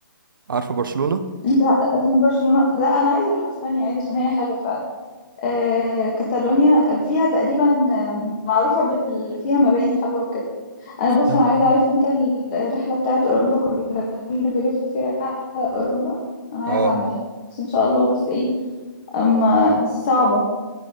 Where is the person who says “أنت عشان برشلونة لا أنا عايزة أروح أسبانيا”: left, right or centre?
Left